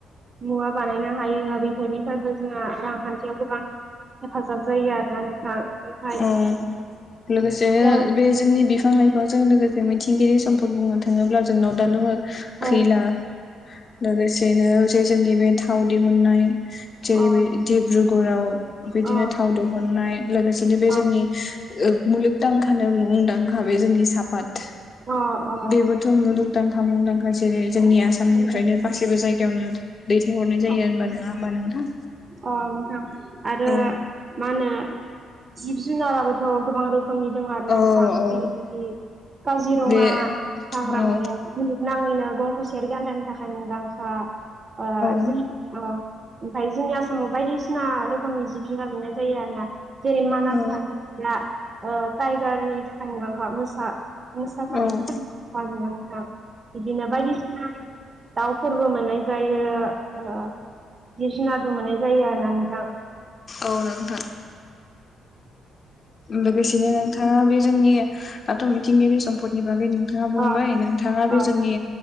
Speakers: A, on the right (about 35°); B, on the left (about 40°).
A: मुवा बानायनो हायो बेफोरनिफ्रायबो जोंहा रांखान्थियाव गोबां हेफाजाब जायो आरोना नोंथां ओमफाय
B: अ लोगोसे
A: अ
B: बे जोंनि बिफां लाइफांजों लोगोसे बे मिथिंगगिरि समफोर बुङो थाङोब्ला जोंनाव दा दङ
A: अ
B: खैला लोगोसेनो जे जोंनि बे थाव दिहुननाय जेरै
A: अ
B: डब्रुगऱाव बिदिनो
A: अ
B: थाव दिहुननाय लोगोसे बे जोंनि
A: अ
B: मुलुगदांखानो मुंदांखा बे जोंनि साफात
A: अ अ
B: बेबोथ' मुदुंदांखा मुंदांखा जेरै जोंनि आसामनिफ्रायनो
A: अ
B: गासैबो जायगा यावनो दैथायहरनाय जायो
A: अ
B: होनबा नङा होमबा नोंथां
A: अ नोंथां आरो
B: औ
A: मा होनो जिब जुनाराबोथ' गोबां रोखोम जोंनि दं आरोना
B: औ
A: नोंथां
B: औ
A: <unintelligible> काजिरङा
B: बे
A: हाग्रामाया
B: औ
A: <unintelligible> नाङैनो गं थसेयारि गान्दानि थाखाय मुंदांखा ओ
B: औ
A: अ ओमफफ्राय जोंनि आसामाव बायदिसिना रोखोमनि जिब जुनार नुनाय जायो आरो ना। जेरै मानास
B: औ
A: हाग्राया ओ टाइगारनि थाखाय मुंदांखा मोसा मोसा थानायनि
B: औ
A: थाखाय <unintelligible> नोंथां बिदिनो बायदिसिना दाउ फोरबो मोननाय जायो ओ जिब जुनारबो मोननाय जायो आरो ना नोंथां।
B: औ नोंथां। लोगोसेनो नोंथाङा बे जोंनि दाथ' मिथिंगायारि सम्पदनि बागैनो नोंथाङा बुंबाय
A: अ
B: नोंथाङा
A: अ
B: बे जोंनि